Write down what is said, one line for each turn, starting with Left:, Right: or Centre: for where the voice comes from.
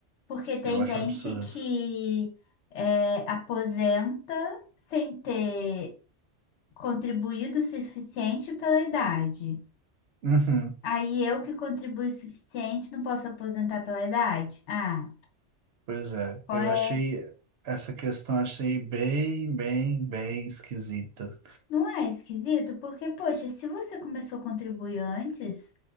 Left: porque tem
Right: Eu acho
Left: gente
Right: um absurdo.
Left: que é, aposenta sem ter contribuído o suficiente pela idade.
Right: Uhum,
Left: Aí eu que contribuí o suficiente não posso aposentar pela idade? Ah,
Right: pois é,
Left: qual
Right: eu
Left: é?
Right: achei essa questão achei bem, bem, bem esquisita.
Left: Não é esquisito? Porque, poxa, se você começou a contribuir antes,